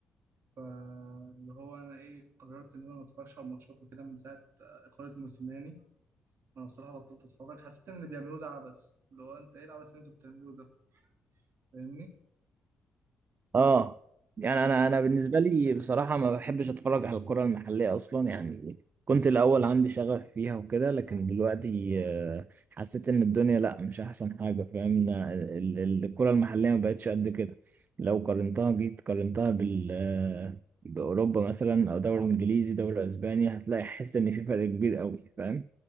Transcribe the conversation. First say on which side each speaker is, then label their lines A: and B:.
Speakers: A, on the right; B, on the right.
A: فاللي هو انا ايه قررت ان انا ما اتفرجش على الماتشات وكده من ساعه آه، اقاله موسيماني وانا بصراحه بطلت اتفرج حسيت ان اللي بيعملوه ده عبث اللي هو انت ايه العبث اللي انتوا بتعملوه ده فاهمني؟
B: اه يعني انا انا بالنسبه لي بصراحه ما بحبش اتفرج على الكره المحليه اصلا يعني كنت الاول عندي شغف فيها وكده لكن دلوقتي آه، حسيت ان الدنيا لا مش احسن حاجه فاهم ال- ال- الكره المحليه ما بقتش قد كده لو قارنتها جيت قارنتها بال آه، باوروبا مثلا او دوري انجليزي دوري اسباني هتلاقي حس ان في فرق كبير قوي فاهم